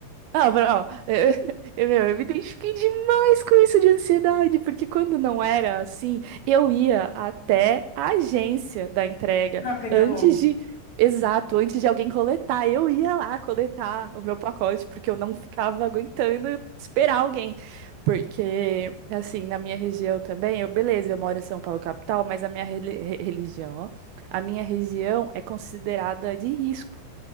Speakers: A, on the right (about 85°); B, on the left (about 45°).
A: Ah, pra- ó, eu, <laughs> eu, meu, eu me identifiquei demais com isso de ansiedade, porque quando não era assim, eu ia até a agência da entrega
B: <laughs> Para pegar
A: antes
B: logo.
A: de, exato, antes de alguém coletar. Eu ia lá coletar o meu pacote, porque eu não ficava aguentando esperar alguém. Porque, assim, na minha região também, eu, beleza, eu moro em São Paulo, capital, mas a minha reli- re- religião, ó, a minha região é considerada de risco.